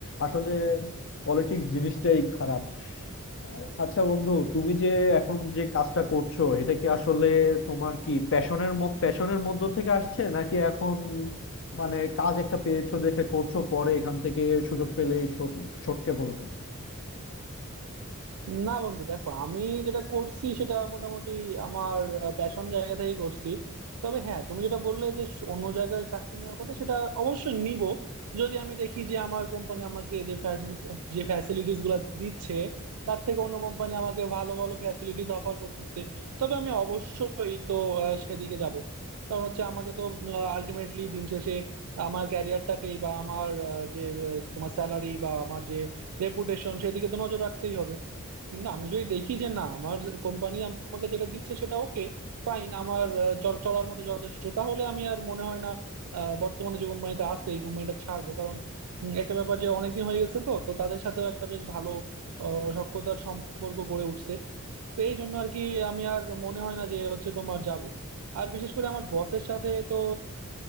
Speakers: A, on the left (about 55°); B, on the right (about 90°).
A: আসলে পলিটিক্স জিনিসটাই খারাপ আহ, আচ্ছা বন্ধু তুমি যে এখন যে কাজটা করছো এটা কি আসলে তোমার কি প্যাশনের প্যাশনের মধ্য থেকে আসছে নাকি এখন মানে কাজ একটা পেয়েছো দেখে করছো পরে এখান থেকে সুযোগ পেলে সটকে পড়বে
B: না বন্ধু দেখো আমি যেটা করছি সেটা মোটামুটি আমার প্যাশন জায়গা থেকে করছি তবে হ্যাঁ তুমি যেটা বললে যে স- অন্য জায়গায় চাকরি নেওয়ার কথা সেটা অবশ্যই নিব যদি আমি দেখি যে আমার কোম্পানি আমাকে যে ফ্যাসি- যে ফ্যাসিলিটিস গুলো দিচ্ছে তার থেকে অন্য কোম্পানি আমাকে ভালো ভালো ফ্যাসিলিটিস অফার করতেছে তবে আমি অবশ্যই তো আহ, সেদিকে যাব কারণ হচ্ছে আমাকে তো আলটিমেটলি দিন শেষে আমার ক্যারিয়ারটাকেই বা আমার আহ, যে আহ, তোমার স্যালারি বা আমার যে রেপুটেশন সেদিকে তো নজর রাখতেই হবে কিন্তু আমি যদি দেখি যে না আমার কোম্পানি আমাকে যেটা দিচ্ছে সেটা ওকে ফাইন আমার আহ, চল- চলার মতো যথেষ্ট তাহলে আমি আর মনে হয় না আহ, বর্তমানে যে কোম্পানিতে আছে এই কোম্পানিটা ছাড়বো কারণ উম, একটা ব্যাপার যে অনেকদিন হয়ে গেছে তো তো তাদের সাথেও একটা বেশ ভালো আহ, সখ্যতার সম্পর্ক গড়ে উঠছে তো এই জন্য আর কি আমি আর মনে হয় না যে হচ্ছে তোমার যাব আর বিশেষ করে আমার বসের সাথে তো